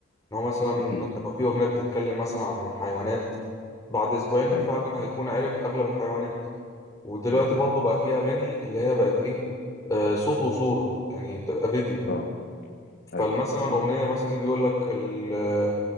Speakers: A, on the left; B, on the left.
A: إن هو مثلا
B: اكيد
A: لو في أغنية بتتكلم مثلا عن حيوانات بعد أسبوعين
B: ايوه
A: فعلا هيكون عارف أغلب الحيوانات ودلوقتي
B: امم
A: برضو بقى في أغاني اللي هي بقت إيه آه صوت وصورة يعني بتبقى فيديو
B: اه ايوه
A: فمثلا أغنية مثلا يجي يقول لك ال- آه،